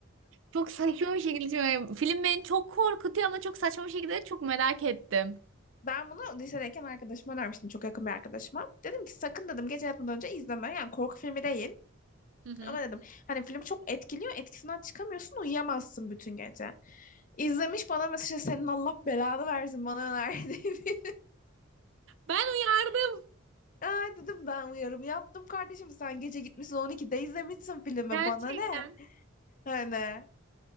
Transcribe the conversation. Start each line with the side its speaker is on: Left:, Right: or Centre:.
Right: Çok saçma bir şekilde çok- merak- Film beni çok korkutuyor ama çok saçma bir şekilde çok merak ettim.
Left: Ben bunu lisedeyken arkadaşıma önermiştim. Çok yakın bir arkadaşıma. Dedim ki sakın dedim gece yatmadan önce izleme. Yani korku filmi değil.
Right: Hı hı.
Left: Ama dedim hani film çok etkiliyor. Etkisinden çıkamıyorsun. Uyuyamazsın bütün gece. İzlemiş bana mesaj senin Allah belanı versin bana önerdiği <laughs>
Right: Ben uyardım.
Left: Ay dedim ben uyarım yaptım kardeşim. Sen gece gitmişsin 12'de izlemişsin filmi.
Right: Gerçekten.
Left: Bana ne? Hani